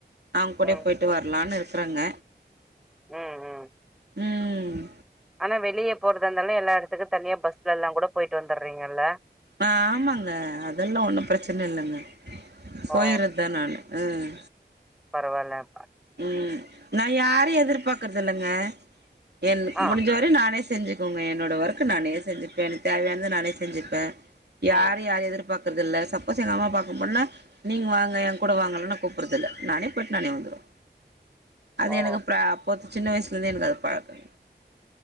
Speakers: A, on the right (about 70°); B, in the centre.
A: அவுங்க கூடே
B: ம்.
A: போயிட்டு வர்லானு இருக்குறேங்க
B: ம் ம்
A: ம்
B: ஆனா வெளியே போறது இருந்தாலு எல்லா எடத்துக்கு தனியா பஸ்ல எல்லா கூட போயிட்டு வந்துர்றீங்கல்ல
A: ஆ ஆமாங்க அதெல்லா ஒன்னு பிரச்சன இல்லங்க போயிறது
B: ஓ
A: தா நானு ம்
B: பரவால்லப்பா
A: ம் நா யாரையு எதிர்பாக்குறது இல்லங்க என்
B: ஆ
A: முடிஞ்சவரையு நானே செஞ்சுக்கோங்க என்னோட ஒர்க்கு நானே செஞ்சுப்பே எனக்கு தேவையானத நானே செஞ்சுப்பே யார்
B: ம்
A: யாரையு எதிர்பாக்குறதில்ல சப்போஸ் எங்க அம்மா பாக்க போனா நீங்க வாங்க ஏங்கூட வாங்கனு கூப்புட்றதுல்ல நானே போயிட் நானே வந்துருவ அது
B: ஓ
A: எனக்கு ப்ரா போது சின்ன வயசுல இருந்தே எனக்கு அது பழக்கோ